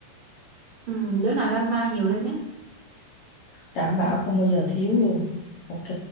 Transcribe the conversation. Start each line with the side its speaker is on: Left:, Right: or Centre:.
Right: Ừm, đứa nào drama nhiều lên nhé
Left: Đảm bảo không bao giờ thiếu luôn. Ok.